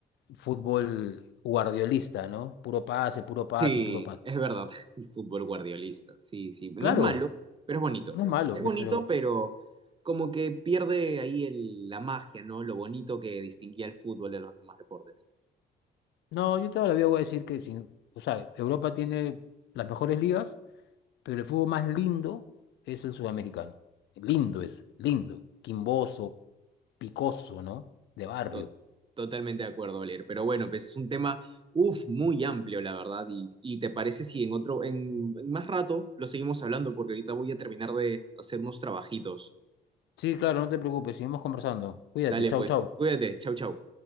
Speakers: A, on the left (about 70°); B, on the right (about 25°).
A: fútbol guardiolista, ¿no? Puro pase, puro pase,
B: Sí,
A: puro pase.
B: es verdad, <laughs> el fútbol guardiolista, sí, sí, no
A: Claro,
B: es malo, pero es bonito.
A: no es malo,
B: Es
A: pues,
B: bonito,
A: pero
B: pero como que pierde ahí el- la magia, ¿no? Lo bonito que distinguía el fútbol de los demás deportes.
A: no, yo todavía voy a decir que sin, o sea, Europa tiene las mejores ligas, pero el fútbol más lindo es el sudamericano. Lindo es, lindo, quimboso, picoso, ¿no? De barrio.
B: To- totalmente de acuerdo, Oliver. Pero bueno, pues es un tema, uff, muy amplio, la verdad. Y, y te parece si en otro, en, en más rato lo seguimos hablando, porque ahorita voy a terminar de hacer unos trabajitos.
A: Sí, claro, no te preocupes, seguimos conversando. Cuídate,
B: Dale,
A: chau,
B: pues,
A: chau.
B: cuídate, chau, chau.